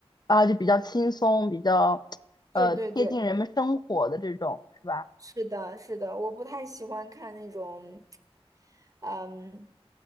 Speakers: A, on the left; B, on the right.
A: 啊，就比较轻松，比较呃贴近人们生活的这种，
B: 对对对。
A: 是吧？
B: 是的，是的，我不太喜欢看那种，嗯，